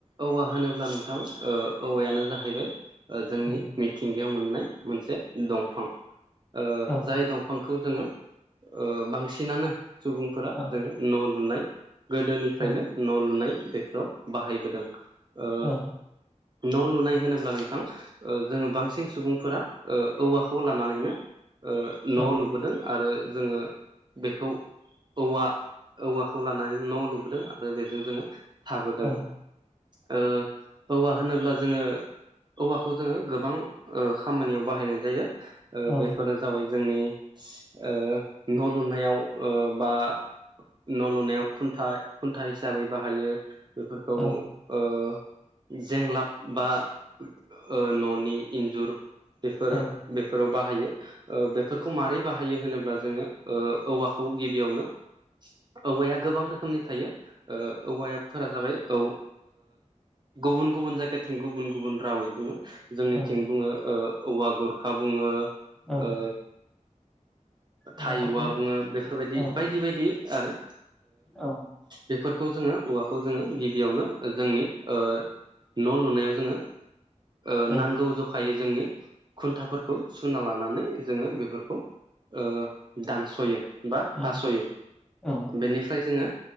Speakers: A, on the right; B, in the centre.
A: औवा होनोब्ला नोंथां ओ औवायानो जाहैबाय ओ जोंनि
B: औ
A: मिथिंगायाव मोननाय मोनसे दंफां। ओ
B: औ
A: जाय दंफांखौ जोङो ओ बांसिनानो सुबुंफोरा
B: औ
A: जोङो न' लुनाय गोदोनिफ्रायनो
B: औ
A: न' लुनाय बेखौ बाहायबोदों, ओ
B: औ
A: न' लुनाय होनोब्ला नोंथां ओ जोङो बांसिन सुबुंफोरा ओ औवाखौ लानानैनो ओ न'
B: औ
A: लुबोदों। आरो जोङो बेखौ औवा औवाखौ लानानै न' लुबोदों आरो बेजों जोङो थाबोदों।
B: औ
A: ओ औवा होनोब्ला जोङो औवाखौ जोङो गोबां ओ खामानियाव बाहायनाय जायो, ओ
B: औ
A: बेफोरनो जाबाय जोंनि ओ न' लुनायाव ओ बा न' लुनायाव खुन्था खुन्था हिसाबै बाहायो। बेफोरखौ
B: औ।
A: ओ जेंलाब बा ओ न'नि इन्जुर। बेफोर
B: औ
A: बेफोराव बाहायो ओ बेफोरखौ मारै बाहायो होनोब्ला जोङो ओ औवाखौ गिबियावनो औवाया गोबां रोखोमनि थायो ओ औवायाफोरा जाबाय औ ओ गुबुन गुबुन जायगाथिं गुबुन गुबुन रावै बुङो। जोंनिथिं
B: औ
A: बुङो औवा गुरखा बुङो
B: औ
A: ओ
B: औवा
A: थायउवा
B: गुबै
A: बुङो, बेफोरबायदि
B: औ
A: बायदि बायदि आरो
B: औ
A: बेफोर खौ जोङो औवाखौ जोङो गिबियावनो जोंनि ओ न' लुनायाव जोङो ओ
B: औ
A: नांगौ जखायै जोंनि खुन्थाफोरखौ सुना लानानै जोङो बेफोरखौ ओ दानस'यो बा
B: औ
A: हास'यो
B: औ
A: बेनिफ्राय जोङो